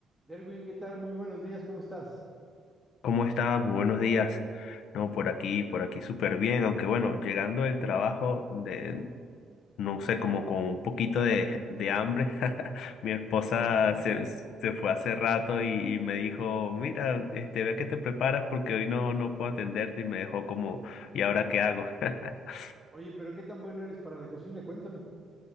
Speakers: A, in the centre; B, on the left.
A: Derwin, ¿qué tal? Muy buenos días, ¿cómo estás?
B: ¿Cómo estás? Muy buenos días. No, por aquí, por aquí súper bien, aunque bueno, llegando del trabajo de, no sé, como con un poquito de, de hambre. <laughs> Mi esposa
A: Sí, sí,
B: se,
A: sí.
B: se fue hace rato y, y me dijo, mira, este, ve que te preparas porque hoy no, no puedo atenderte y me dejó como, ¿y ahora qué hago? <laughs>
A: Oye, pero qué tan bueno eres para la cocina, cuéntame.